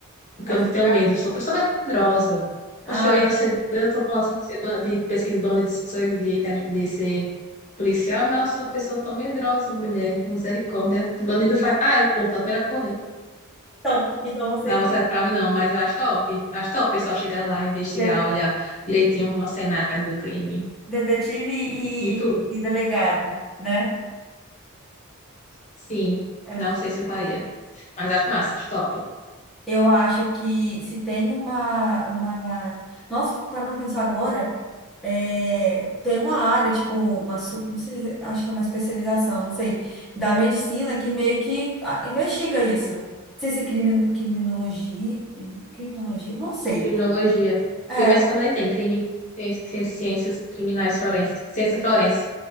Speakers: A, on the left; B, in the centre.
A: Porque
B: Ah,
A: eu
B: tipo,
A: tenho medo, eu sou uma pessoa medrosa. Poxa,
B: ah,
A: eu ia ser, eu tô falando assim de, ser, ban- de pesquisa de banda de sonhos, de, intelig- de ser policial, mas eu sou uma pessoa tão medrosa, mulher, misericórdia. O bandido faz, ah, eu corro, sou a primeira a correr.
B: então, então você,
A: Não, você pra mim não, mas eu acho top. Eu acho top o pessoal chegar lá, investigar,
B: de-
A: olhar direitinho o cenário do crime.
B: detetive
A: E tu?
B: e, e delegado, né?
A: Sim,
B: Ah.
A: não sei se eu faria, mas acho massa, acho top.
B: Eu acho que se tem uma, uma... Nossa, para não pensar agora, é, tem uma área, tipo, uma, su- não sei, se- acho que é uma especialização, não sei, da medicina que meio que ah, investiga isso. Não sei se é crimin- criminologia, criminologia, não sei.
A: Criminologia.
B: É,
A: Viu? Mas também tem crime, ciência- ciência- ciências, criminais forenses, ciência forense.